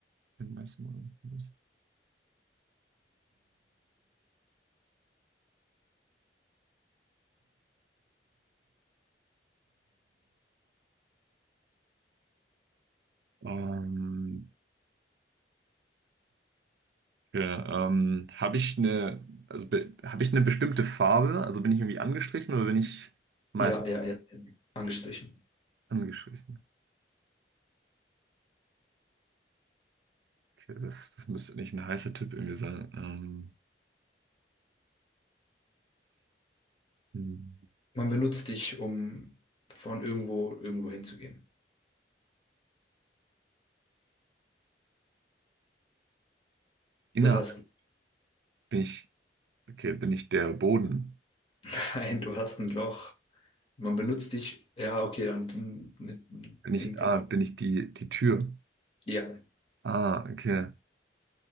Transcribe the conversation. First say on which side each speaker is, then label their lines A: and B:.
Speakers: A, on the right; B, on the left.
A: Bin meistens aus Holz. Ähm, Ja, ähm, habe ich eine, also be- habe ich eine bestimmte Farbe? Also bin ich irgendwie angestrichen oder bin ich meistens
B: Ja, ja, ja, ja. angestrichen.
A: angestrichen? Okay, das, das müsste nicht ein heißer Tipp irgendwie sein. Ähm, hm.
B: Man benutzt dich, um von irgendwo irgendwo hinzugehen.
A: innerhalb
B: Du hast
A: bin ich, okay, bin ich der Boden?
B: <laughs> ein, du hast ein Loch. Man benutzt dich, ja, okay, und ein, ein
A: Bin ich,
B: Ding will
A: ah,
B: er.
A: bin ich die, die Tür?
B: Ja,
A: Ah, okay.